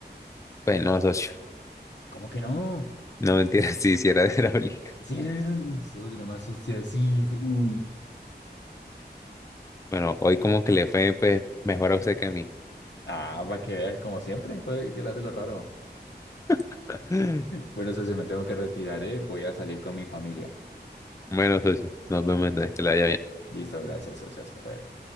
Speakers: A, on the left; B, on the left.
A: Pues no, socio.
B: ¿Cómo que no?
A: No mentira, <laughs> si hiciera hidráulica.
B: Lleno de la luz, oh, una más sucia así. sí. Uy.
A: Bueno, hoy como que le fue pues, mejor a usted que a mí.
B: Ah, para que veas, como siempre, ¿cuál- ¿qué le hace lo raro?
A: <laughs>
B: Bueno, socio, me tengo que retirar, ¿eh? Voy a salir con mi familia.
A: Bueno, socio, nos vemos entonces, que la vaya bien.
B: Listo, gracias, socio, hasta luego.